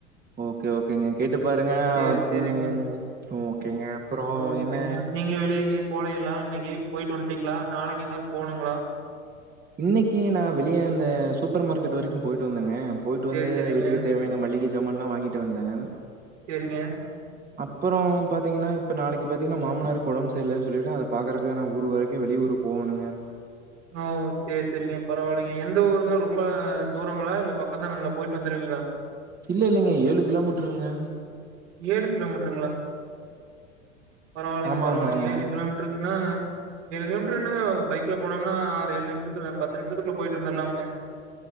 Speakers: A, on the right; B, on the right.
A: ஓகே ஓகேங்க கேட்டு பாருங்க
B: சேரி சேரிங்க
A: உம் ஓகேங்க அப்புறம்
B: ஓகேங்க
A: என்ன
B: நீங்க வெளிய எங்கயு போலீங்களா இன்னைக்கு போயிட்டு வந்ட்டீங்களா நாளைக்கு எங்கயாவது போகணுங்களா
A: இன்னக்கி நா வெளியே இந்த சூப்பர் மார்க்கெட் வரைக்கும் போயிட்டு வந்தேங்க போயிட்டு
B: சேரி
A: வந்து
B: சேரிங்க
A: வீட்டுக்கு தேவையான மளிகை ஜமான்ல்லா வாங்கிட்டு வந்தேன்
B: சேரிங்க
A: அப்புறோ பாத்தீங்கன்னா இப்ப நாளைக்கு பாத்தீங்கன்னா மாமனார்க்கு ஓடம்பு செரியலன்னு சொல்லிட்டு அத பாக்குறக்கு நான் ஊர் வரைக்கும் வெளியூர் போகணுங்க
B: ஓ சேரி சேரிங்க பரவாயில்லைங்க எந்த ஊருங்க ரொம்ப தூரங்களா இல்ல பக்க்தான்ங்கள போயிட்டு வந்துருவீங்களா
A: இல்ல இல்லலைங்க ஏழு கிலோ மீட்டருங்க
B: ஏழு கிலோ மீட்டருங்களா பரவாயில்லைங்க
A: ஆமா
B: பரவாயில்லைங்க
A: ஆமாங்க
B: ஏழு கிலோ மீட்டருன்ன ஏழு கிலோ அப்புறோ என்னங்க பைக்ல போனம்னா ஆறு ஏழு நிமிஷத்துல பத்து நிமிஷத்துக்குள்ள போயிட்டு வந்துலாமங்க